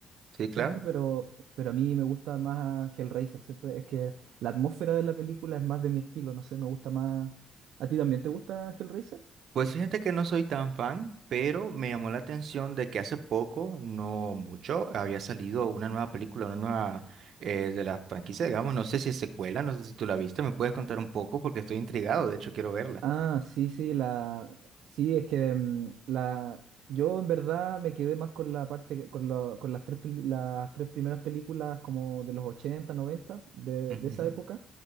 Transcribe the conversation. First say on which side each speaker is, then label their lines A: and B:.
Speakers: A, on the right (about 65°); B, on the right (about 80°).
A: Sí, claro.
B: ¿cierto? Pero, pero a mí me gusta más Hellraiser, ¿cierto? Es que la atmósfera de la película es más de mi estilo, no sé, me gusta más. ¿A ti también te gusta Hellraiser?
A: Pues fíjate que no soy tan fan, pero me llamó la atención de que hace poco, no mucho, había salido una nueva película, una nueva eh, de la franquicia, digamos, no sé si es secuela, no sé si tú la viste, me puedes contar un poco porque estoy intrigado, de hecho quiero verla.
B: Ah, sí, sí, la, sí, es que mm, la, yo en verdad me quedé más con la parte, que- con, lo- con las tres, peli- las tres primeras películas como de los 80 90 de,
A: Ujú,
B: de esa época,